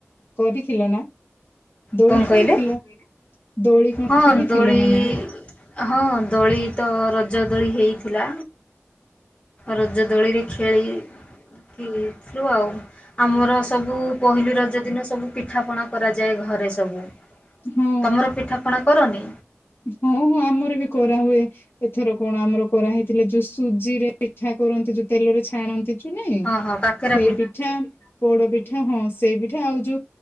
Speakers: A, on the left (about 50°); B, on the left (about 25°).
A: କରିଥିଲ ନା? ଦୋଳି
B: କଣ
A: ଖେଳିଥିଲ
B: କହିଲେ?
A: ଦୋଳି? କଣ
B: ହଁ
A: ଖେଳିଥିଲ
B: ଦୋଳି
A: ନା ନାଇଁ
B: ହଁ ଦୋଳି ତ ରଜ ଦୋଳି ହେଇଥିଲା ରଜ ଦୋଳିରେ ଖେଳିଥିଲୁ ଆଉ ଆମର ସବୁ ପହିଲି ରଜ ଦିନ ସବୁ ପିଠାପଣା କରାଯାଏ ଘରେ ସବୁ।
A: ହଁ
B: ତମର ପିଠା? ଆପଣା କରନି?
A: ହଁ ହଁ ଆମର ବି କରାହୁଏ। ଏଥର କଣ ଆମର କରାହେଇଥିଲା ଯୋଉ ସୁଜି ରେ ପିଠା କରନ୍ତି ଯୋଉ ତେଲରେ ଛାଣନ୍ତି। ଚୁନାଇଁ
B: ହଁ ହଁ କାକେରା
A: ସେଇ ପିଠା ପୋଡ ପିଠା ହଁ ସେଇ ପିଠା ଆଉ ଯୋଉ